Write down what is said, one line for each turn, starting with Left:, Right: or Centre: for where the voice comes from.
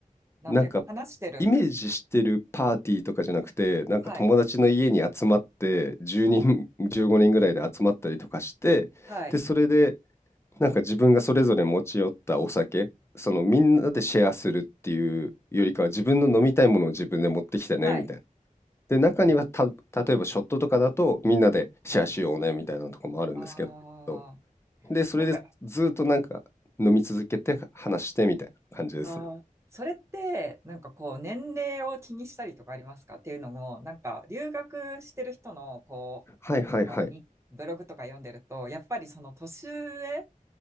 Right: なんていうか、
Left: なんか、
Right: 話してる。
Left: イメージしてるパーティーとかじゃなくて、なんか友達の家に集まって、
Right: はい。
Left: 10人、<laughs> 15人ぐらいで集まったりとかして、
Right: はい。
Left: で、それで、なんか自分がそれぞれ持ち寄ったお酒、そのみんなでシェアするっていうよりかは、自分の飲みたいものを自分で持ってきてね、
Right: はい。
Left: みたいな。で、中には、た例えばショットとかだと、みんなでシェアしようねみたいなとこもあるんですけど、
Right: ああ、
Left: で、それでずっとなんか飲み続けて話してみたいな感じですね。
Right: なんか、あーそれって、なんかこう、年齢を気にしたりとかありますかっていうのも、なんか、留学してる人の、こ
Left: はいはいはい。
Right: う、かにブログとか読んでると、やっぱりその年上